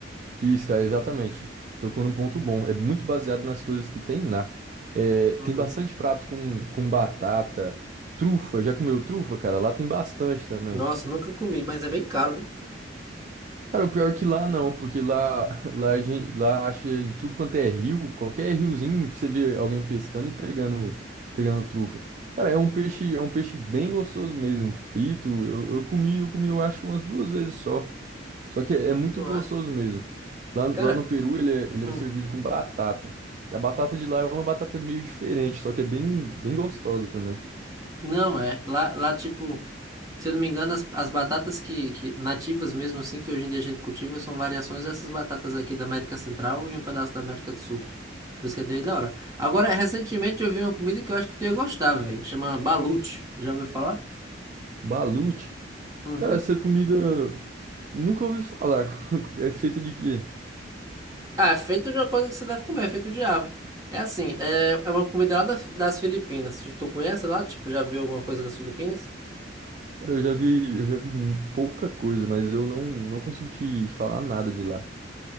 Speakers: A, on the right; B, on the right.
A: Isso, cara, exatamente. Tocou num ponto bom. É muito baseado nas coisas que tem lá. É,
B: Uhum.
A: tem bastante prato com, com batata, trufa. Já comeu trufa, cara? Lá tem bastante também.
B: Nossa, nunca comi, mas é bem caro, né?
A: Cara, o pior é que lá não, porque lá, <laughs> lá, a gente, lá acha em tudo quanto é rio, qualquer riozinho você vê alguém pescando e pegando, pegando trufa. Cara, é um peixe, é um peixe bem gostoso mesmo, frito. Eu, eu comi, eu comi, eu acho umas duas vezes só. Só que é, muito
B: Não
A: gostoso
B: acho.
A: mesmo. Lá, lá
B: Cara,
A: no Peru ele é, ele
B: hum,
A: é servido com batata. E a batata de lá é uma batata meio diferente, só que é bem, bem gostosa também.
B: não é. Lá, lá, tipo, Se eu não me engano, as, as batatas que, que nativas mesmo assim, que hoje em dia a gente cultiva, são variações dessas batatas aqui da América Central e um pedaço da América do Sul. Por isso que é bem da hora. Agora, recentemente eu vi uma comida que eu acho que tu ia gostar, velho. Chama balute. Já ouviu falar?
A: Balut,
B: Uhum.
A: cara, essa comida nunca ouvi falar. <laughs> É feita de quê?
B: Ah, é feito de uma coisa que você deve comer, é feito de ave. É assim, é, é uma comida lá das, das Filipinas. Tu conhece lá? Tipo, já viu alguma coisa das Filipinas?
A: Cara, eu já vi, eu já vi mu- pouca coisa, mas eu não, não consegui te falar nada de lá.